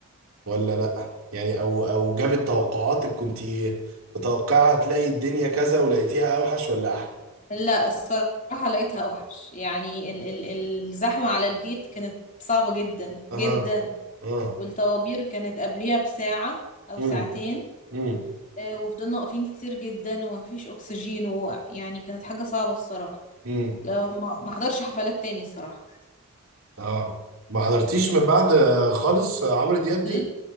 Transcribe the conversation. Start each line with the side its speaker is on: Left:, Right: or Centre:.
Right: ولا لا يعني او او جابت توقعاتك كنتي متوقعه هتلاقي الدنيا كذا ولقيتيها اوحش ولا احلى
Left: لا الصراحة لقيتها اوحش يعني ال ال الزحمة على الجيت كانت صعبة جدا
Right: اها
Left: جدا
Right: اه
Left: والطوابير كانت قبليها بساعة او
Right: امم
Left: ساعتين
Right: امم
Left: آه، وفضلنا واقفين كتير جدا ومفيش اكسجين ويعني كانت حاجة صعبة الصراحة
Right: امم
Left: لو ما ما حضرش حفلات تاني الصراحة
Right: اه ما حضرتيش من بعد آه، خالص آه، عمرو دياب دي
Left: ل-